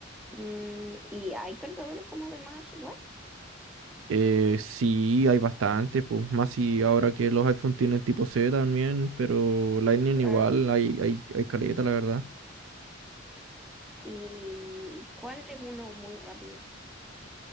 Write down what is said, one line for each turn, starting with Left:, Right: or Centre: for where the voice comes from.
Centre: Mm, ¿y hay cargadores como de más watts?
Right: Eh, sí, hay bastante, pues más si ahora que los iPhone tienen tipo C también, pero Lightning
Centre: Claro.
Right: igual, hay, hay, hay caleta, la verdad.
Centre: ¿Y cuál es uno muy rápido?